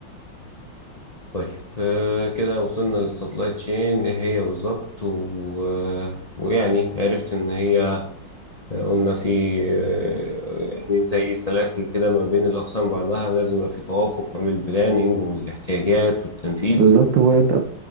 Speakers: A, on the left; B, on the right.
A: طيب آه، كده وصلنا للسبلاي تشين ايه هي بالظبط و... آه، ويعني عرفت ان هي آه، قلنا في آه، يعني زي سلاسل كده ما بين الأقسام بعضها لازم يبقى في توافق ما بين البلاننج والاحتياجات والتنفيذ
B: بالظبط هو انت